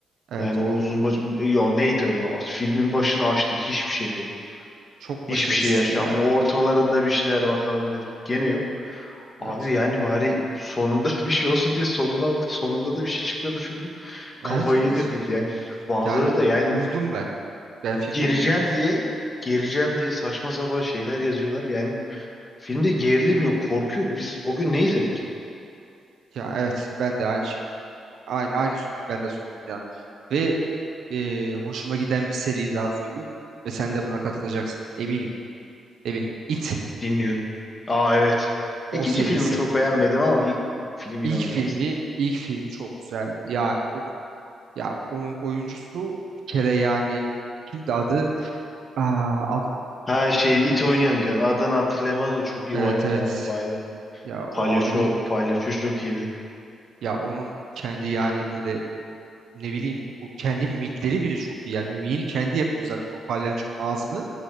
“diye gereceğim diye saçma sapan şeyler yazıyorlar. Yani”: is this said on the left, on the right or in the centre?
Left